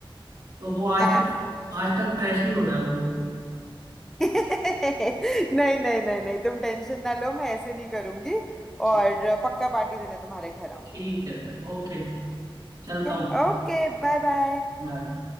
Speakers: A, on the right; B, in the centre.
A: तो वो आज
B: हाँ
A: तक
B: <laughs>
A: आज तक फ्रेश ही हो रहा है वो
B: नहीं नहीं नहीं नहीं तुम टेंशन ना लो मैं ऐसे नहीं करूंगी
A: ठीक
B: और पक्का पार्टी देने तुम्हारे घर आऊंगी
A: ठीक है फिर ओके चलता
B: ठीक है
A: हूँ
B: Okay bye bye
A: बाय